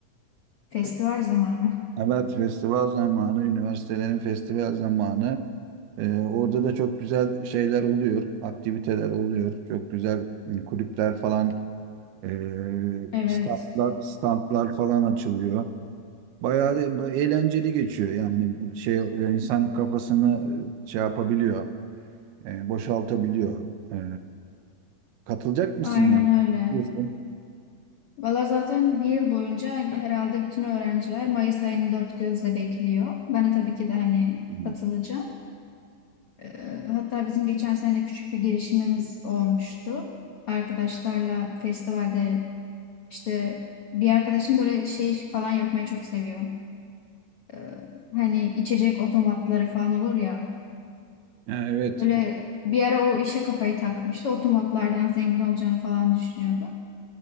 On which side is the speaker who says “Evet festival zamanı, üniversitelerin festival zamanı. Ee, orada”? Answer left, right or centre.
Right